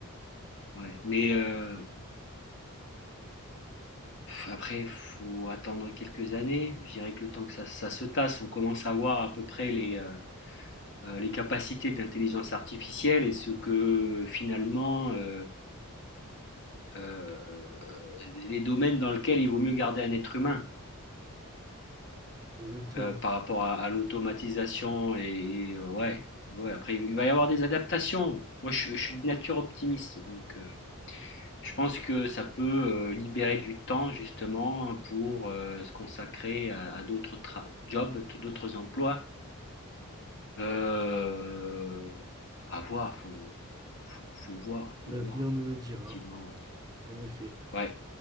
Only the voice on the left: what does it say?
ouais. Mais euh, Après, il faut attendre quelques années. Je dirais que le temps que ça, ça se tasse, on commence à voir à peu près les, euh, euh, les capacités de l'intelligence artificielle et ce que finalement euh, euh, les domaines dans lesquels il vaut mieux garder un être humain
euh, par rapport à, à l'automatisation et, et, euh, ouais, ouais. Après, il va y avoir des adaptations. Moi, je, je suis de nature optimiste, donc euh, Je pense que ça peut euh, libérer du temps justement pour euh, se consacrer à, à d'autres tra- jobs, t- d'autres emplois. Euh, à voir, faut, faut, faut, faut voir, faut
voir,
effectivement.
Ouais,